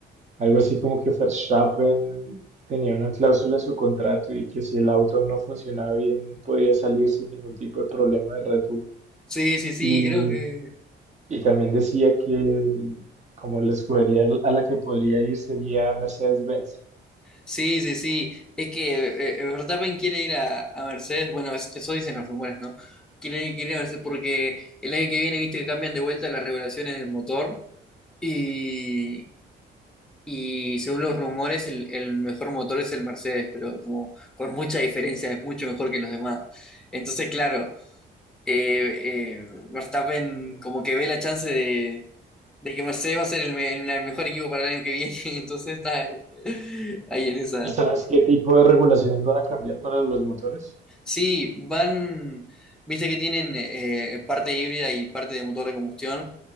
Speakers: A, on the right; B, in the centre.
A: algo así como que Verstappen tenía una cláusula en su contrato y que si el auto no funcionaba bien podía salir sin ningún tipo de problema de Red Bull.
B: Sí, sí, sí,
A: Y,
B: creo que.
A: y también decía que como la escudería a la que podría ir sería Mercedes-Benz.
B: Sí, sí, sí. Es que eh, eh, Verstappen quiere ir a, a Mercedes. Bueno, es- eso dicen los rumores, ¿no? Quiere, quiere ir a Mercedes porque el año que viene, viste que cambian de vuelta las regulaciones del motor. Y, y según los rumores, el, el mejor motor es el Mercedes, pero como con mucha diferencia, es mucho mejor que los demás. Entonces, claro, eh, eh, Verstappen como que ve la chance de de que Mercedes va a ser el, me- el- mejor equipo para el año que viene, <laughs> entonces está eh, ahí en esa.
A: ¿Y sabes qué tipo de regulaciones van a cambiar para los motores?
B: Sí, van, viste que tienen eh, eh, parte híbrida y parte de motor de combustión.